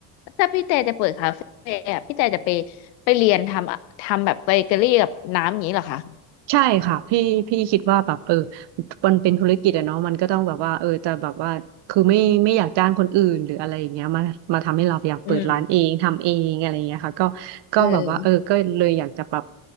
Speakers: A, on the left; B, on the right.
A: ถ้าพี่แต่จะเปิดคาเฟ่อะพี่แต่จะไปไปเรียนทำอะทำแบบเบเกอรี่กับน้ำอย่างนี้เหรอคะ
B: ใช่ค่ะพี่พี่คิดว่าแบบเออมันเป็นธุรกิจอะเนาะมันก็ต้องแบบว่าเออจะแบบว่าคือไม่ไม่อยากจ้างคนอื่นหรืออะไรอย่างเงี้ยมามาทำให้เราอยากเปิดร้านเองทำเองอะไรอย่างเงี้ยค่ะก็ก็แบบว่าเออก็เลยอยากจะแบบ
A: อืมเออ